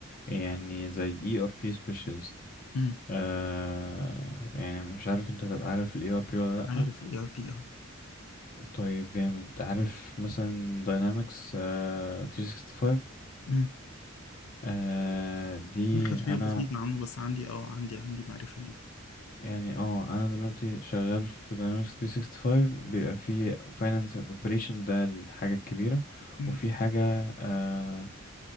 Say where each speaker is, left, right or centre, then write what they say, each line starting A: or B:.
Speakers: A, on the left; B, on the left.
A: يعني زي اي ار بي سبيشالست
B: مم.
A: آه يعني مش عارف انت تبقى عارف الاي ار بي ولا
B: عارف
A: لا
B: الاي ار بي
A: طيب جامد عارف مثلا داينامكس آه 365
B: اه
A: آه دي
B: عندي خلفية
A: انا
B: بسيطة عنه بس عندي اه عندي عندي معرفة بيه
A: يعني اه انا دلوقتي شغال في Dynamics 365 بيبقى في Finance and Operation ده الحاجة الكبيرة
B: مم.
A: وفي حاجة آه